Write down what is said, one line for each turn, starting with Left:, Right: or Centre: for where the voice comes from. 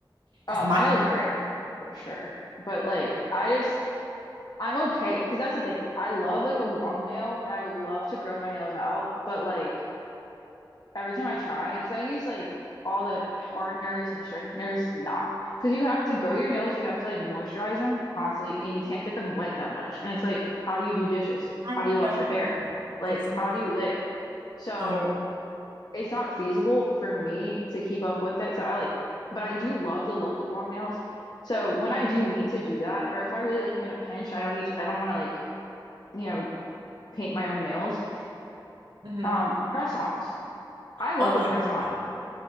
Left: Oh,
Right: Because mine,
Left: my nails break for sure. But like, I just I'm okay because that's the thing. I love like a long nail and I would love to grow my nails out, but like every time I try, because I use like all the hardeners and the strengtheners, nah. Because you have to grow your nails, you have to like moisturize them constantly and you can't get them wet that much. And it's like, how do you do dishes?
Right: I
Left: How do you wash
Right: know.
Left: your hair? Like,
Right: Exactly.
Left: how do you live? So
Right: Oh yeah.
Left: it's not feasible for me to keep up with it. So I like, but I do love the look of long nails. So when I do need to do that, or if I really like am in a pinch, I don't need to, I don't want to like you know, paint my own nails.
Right: hmm
Left: Um, press-ons. I love
Right: Oh yeah.
Left: a press-on.